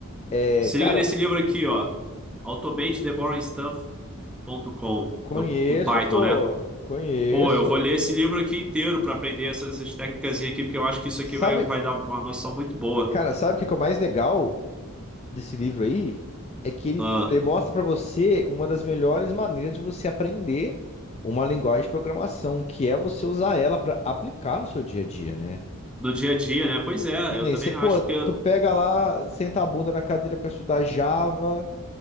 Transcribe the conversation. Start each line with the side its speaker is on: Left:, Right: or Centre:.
Left: é,
Centre: Se
Left: cara,
Centre: liga nesse
Left: eu
Centre: livro aqui, ó. automate the boring stuff ponto com
Left: conheço,
Centre: do, com Python,
Left: pô,
Centre: né?
Left: conheço.
Centre: Pô, eu vou ler esse livro aqui inteiro para aprender essas, essas técnicas aqui, porque eu acho que isso
Left: E
Centre: aqui
Left: sabe,
Centre: vai, vai dar uma noção muito boa.
Left: cara, sabe o que que é o mais legal? desse livro aí é que ele,
Centre: Ah,
Left: ele mostra para você uma das melhores maneiras de você aprender uma linguagem de programação, que é você usar ela para aplicar no seu dia a dia, né?
Centre: no dia a dia, né? Pois é,
Left: E
Centre: eu
Left: nem
Centre: também
Left: você, pô,
Centre: acho
Left: tu
Centre: que eu
Left: pega lá, senta a bunda na cadeira para estudar Java,